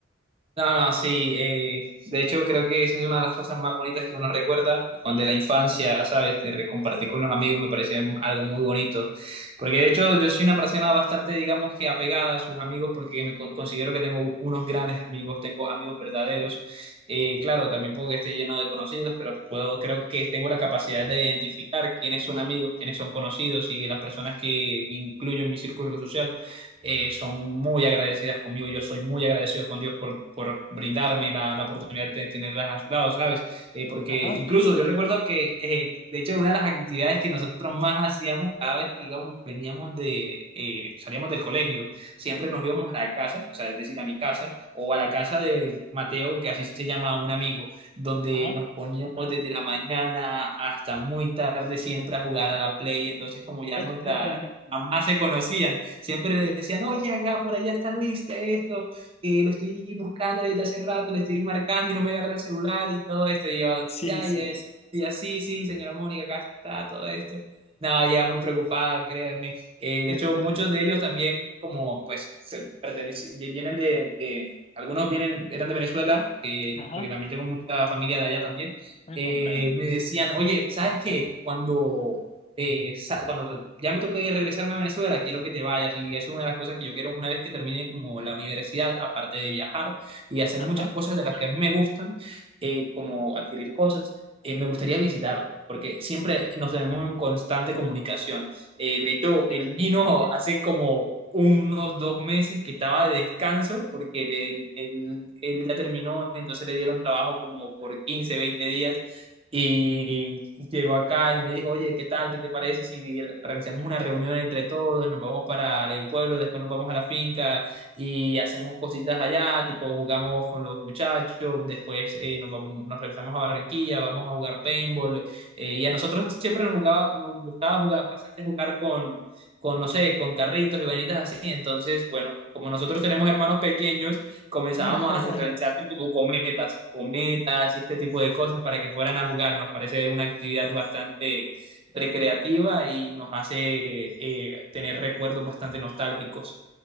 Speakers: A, on the right; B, on the left.
A: No, no, sí. eh, de hecho, creo que esa es una de las cosas más bonitas que uno recuerda cuando de la infancia, ¿sabes? De re- Compartir con los amigos me parece algo muy bonito. Porque de hecho, yo soy una persona bastante, digamos que apegada a sus amigos porque me con- considero que tengo unos grandes amigos, tengo amigos verdaderos. Eh, claro, también puedo que esté lleno de conocidos, pero puedo, creo que tengo la capacidad de identificar quiénes son amigos, quiénes son conocidos y las personas que incluyo en mi círculo social eh, son muy agradecidas conmigo, yo soy muy agradecido con Dios por, por brindarme la, la, oportunidad de tenerlas a su lado, ¿sabes? Eh, porque
B: Ajá,
A: incluso yo recuerdo que, eh, de hecho, una de las actividades que nosotros más hacíamos cada vez que íbamos, veníamos de, eh, salíamos del colegio, siempre nos íbamos a la casa, o sea, es decir, a mi casa, o a la casa de Mateo, que así se llama un amigo, donde
B: ajá.
A: nos poníamos desde la mañana hasta muy tarde siempre a jugar a la play, entonces como ya
B: <laughs>
A: nuestra mamás se conocían, Siempre le decían, oye, acá por allá está Luis, esto, eh, lo estoy buscando desde hace rato, le estoy marcando y no me agarra el celular y todo esto. Y yo,
B: Sí,
A: ya,
B: sí.
A: ya, es- ya, sí, sí, señora Mónica, acá está todo esto. No, ya muy preocupada, créanme. Eh, de
B: <laughs>
A: hecho, muchos de ellos también, como pues, se pertenecen- vienen de, de- algunos vienen, eran de Venezuela, eh,
B: Ajá,
A: porque también tengo mucha familia de allá también.
B: me
A: Eh,
B: comprendo.
A: me decían, oye, ¿sabes qué? Cuando eh, sa- cuando ya me toque regresarme a Venezuela, quiero que te vayas. Y eso es una de las cosas que yo quiero una vez que termine como la universidad, aparte de viajar y hacer
B: Ajá,
A: muchas cosas de las que a mí me gustan, eh, como adquirir cosas, eh, me gustaría visitarlo. Porque siempre nos tenemos en constante comunicación. Eh, de hecho,
B: sí.
A: él vino hace como unos dos meses que estaba de descanso porque le- él, él ya terminó, entonces le dieron trabajo como por quince veinte días y llegó acá y me dijo, oye, ¿qué tal? ¿Qué te parece si realizamos una reunión entre todos? Nos vamos para el pueblo, después nos vamos a la finca y hacemos cositas allá, tipo jugamos con los muchachos, después eh, nos vamos, nos regresamos a Barranquilla, vamos a jugar paintball. eh, y a nosotros siempre nos, jugaba, nos gustaba jugar bastante jugar con, con, no sé, con carritos y vanitas así. Entonces, bueno, como nosotros tenemos hermanos pequeños, comenzábamos
B: <laughs>
A: a hacer- realizarle como cometas, cometas y este tipo de cosas para que fueran a jugar. Nos parece una actividad bastante recreativa y nos hace eh, tener recuerdos bastante nostálgicos.